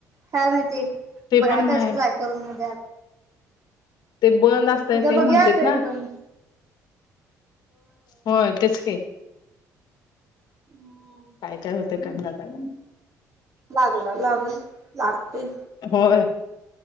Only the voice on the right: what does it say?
काय माहीती
बघाय
पाहिजे
<unintelligible> करून उद्या,
उद्या
बघूया
तरी
पण
हम्म
लागला, लागल, लागतोय.